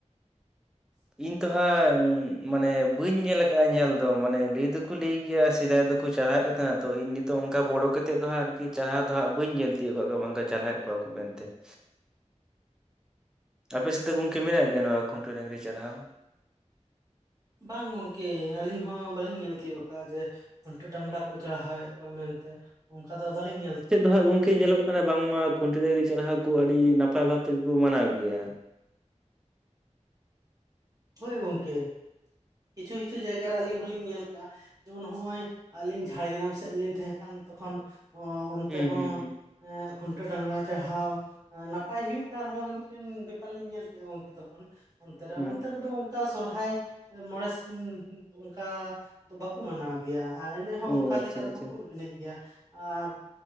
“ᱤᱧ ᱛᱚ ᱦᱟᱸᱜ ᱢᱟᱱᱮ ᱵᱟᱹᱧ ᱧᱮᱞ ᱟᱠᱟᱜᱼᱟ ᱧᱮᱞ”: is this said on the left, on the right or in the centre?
Centre